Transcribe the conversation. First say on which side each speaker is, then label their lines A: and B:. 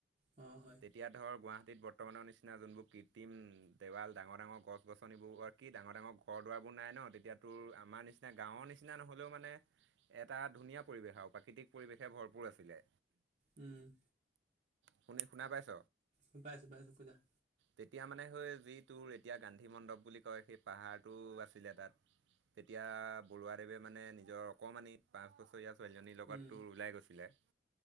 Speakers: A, on the right (about 45°); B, on the right (about 85°).
A: অ হয়,
B: তেতিয়া ধৰক গুৱাহাটীত বৰ্তমানৰ নিচিনা জোনবোৰ কৃত্ৰিম দেৱাল ডাঙৰ ডাঙৰ গছ গছনিবোৰ- কি ডাঙৰ ডাঙৰ ঘৰ দুৱবোৰ নাই ন, তেতিয়াতোৰ আমাৰ নিচিনা গাঁৱৰ নিচিনা নহলেও মানে? এটা ধুনীয়া পৰিৱেশ আৰু প্ৰাকৃতিক পৰিৱেশে ভৰপূৰ আছিলে।
A: উম
B: শুনি শুনা পাইছ
A: অ, পাইছো পাইছো কই যা-
B: তেতিয়া মানে স যি তোৰ এতিয়া গান্ধী মণ্ডপ বুলি কয়, সেই পাহাৰটো আছিলে তাত- তেতিয়া বৰুৱাদেৱে মানে নিজৰ অকণমানি পাঁচ বছৰীয়া ছোৱালীজনীৰ লগতো,
A: উম
B: ওলাই গৈছিলে।